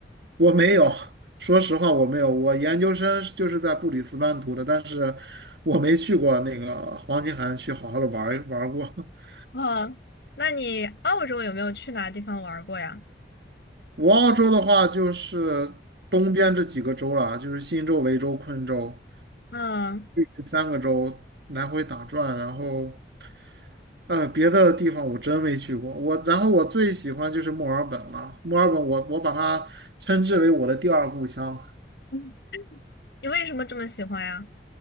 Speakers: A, on the right; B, on the left.
A: 我没有，说实话我没有。我研究生是就是在布里斯班读的，但是我没去过那个黄金海岸去好好的玩儿玩儿过。<laughs>
B: 哦，那你澳洲有没有去哪地方玩儿过呀？
A: 我澳洲的话就是东边这几个州了，就是新州、维州、昆州，
B: 嗯
A: 这三个州来回打转。然后呃，别的地方我真没去过。我然后我最喜欢就是墨尔本了，墨尔本我我把它称之为我的第二故乡。
B: 嗯你为什么这么喜欢呀？